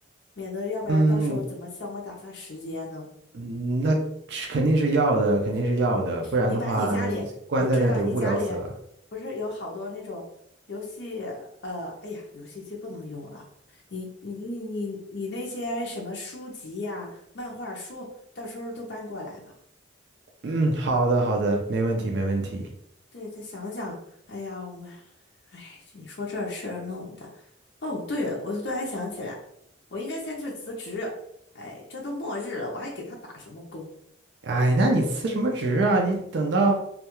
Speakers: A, on the left; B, on the right.
A: 免得要不然到时候怎么向我打发时间呢？
B: 嗯嗯，那是肯定是要的，肯定是要的，不然的话
A: 你把你家里，
B: 关在那儿得无聊死了。
A: 我知道你家里不是有好多那种游戏，呃，哎呀，游戏机不能用了。你你你你你那些什么书籍呀、漫画书，到时候都搬过来吧。
B: 嗯，好的好的，没问题没问题。
A: 对，再想想，哎呀，我们，哎，你说这事儿弄的。哦，对了，我突然想起来，我应该先去辞职。哎，这都末日了，我还给他打什么工？
B: 哎，那你辞什么职啊？你等到